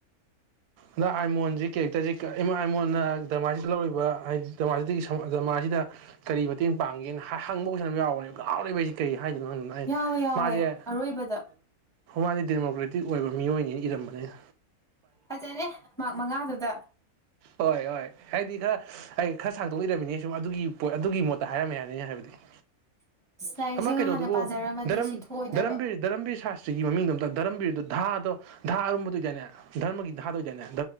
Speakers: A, on the right (about 85°); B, in the centre.
A: ꯑꯗ ꯑꯥꯏꯃꯣꯟꯁꯤ ꯀꯦꯔꯦꯛꯇꯔꯁꯤꯥꯏꯣꯟꯅ ꯗꯃꯥꯁꯤꯗ ꯂꯧꯔꯤꯕ ꯍꯥꯏꯁꯤꯥ ꯁꯤꯗ ꯀꯔꯤ ꯃꯇꯦꯡ ꯄꯥꯡꯒꯦꯅ ꯍꯪꯕ ꯍꯧꯖꯤꯅ ꯑꯃ ꯌꯥꯎꯕꯅꯦꯕ ꯉꯥꯎꯔꯤꯕꯁꯤ ꯀꯔꯤ ꯍꯥꯏꯒꯅꯣ
B: ꯌꯥꯎꯋꯦ ꯌꯥꯎꯋꯦ
A: ꯃꯥꯁꯦ
B: ꯑꯔꯣꯏꯕꯗ
A: ꯃꯥꯗꯤ ꯗꯦꯃꯣꯀ꯭ꯔꯦꯇꯤꯛ ꯑꯣꯏꯕ ꯃꯤꯑꯣꯏꯅꯤꯅ ꯏꯔꯝꯕꯅꯤꯅ
B: ꯐꯖꯅꯦꯦ ꯃ ꯃꯉꯥꯗꯨꯗ
A: ꯍꯣꯏ ꯍꯣꯏ ꯍꯥꯏꯗꯤ ꯈꯔ ꯑꯩ ꯈꯔ ꯁꯥꯡꯗꯣꯛꯏꯔꯃꯤꯅꯦ ꯁꯨꯝ ꯑꯗꯨꯒꯤ ꯄꯣꯠ ꯑꯗꯨꯒꯤ ꯃꯣꯠꯇ ꯍꯥꯏꯔꯝꯃꯦ ꯍꯥꯏꯅ ꯑꯩꯅ ꯍꯥꯏꯕꯗꯤ
B: <unintelligible> ꯂꯥꯏꯔꯤꯛꯁꯦꯒ
A: ꯑꯃ ꯀꯩꯅꯣꯗꯨꯕꯨꯔ
B: ꯍꯥꯟꯅ ꯄꯥꯖꯔꯝꯃꯗꯤ
A: ꯙꯔꯝꯕꯤꯔ
B: ꯁꯤ ꯊꯣꯛꯑꯣꯏꯗꯕ
A: ꯁꯥ ꯁꯤꯒꯤ ꯃꯃꯤꯡꯣꯝꯇ ꯗꯙꯔꯝꯕꯤꯔꯗꯨꯣ ꯙꯥꯗꯣ ꯙꯥ ꯑꯔꯨꯝꯝꯕꯗ ꯑꯣꯏꯗꯏꯅꯦ ꯙꯔꯃꯒꯤ ꯥꯗ ꯑꯣꯏꯗꯏꯅꯦ